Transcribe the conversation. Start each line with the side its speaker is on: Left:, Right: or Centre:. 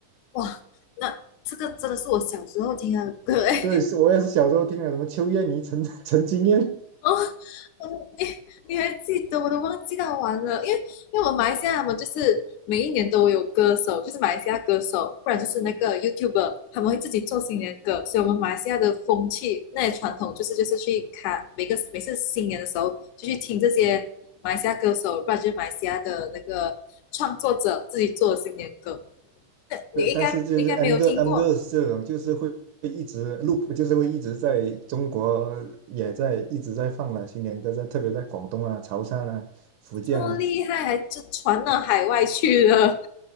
Left: 哇，那这个真的是我小时候听的歌，诶。
Right: 对，是我也是小时候听的，什么邱燕妮、陈陈金燕。
Left: <laughs> 哦，你你还记得？我都忘记到完了，因为因为我们马来西亚嘛，就是每一年都有歌手，就是马来西亚歌手，不然就是那个 YouTuber，他们会自己做新年歌，所以我们马来西亚的风气那些传统就是就是去看每个每次新年的时候就去听这些马来西亚歌手，不然就是马来西亚的那个创作者自己做的新年歌，
Right: 对，
Left: 你应该你应该没有听过。
Right: 但是就是 M 歌 M girls 这种，就是会会一直 loop，就是会一直在中国也在一直在放了新年歌，在特别在广东啊、潮汕啊、福建啊。
Left: 这么厉害，还就传到海外去了。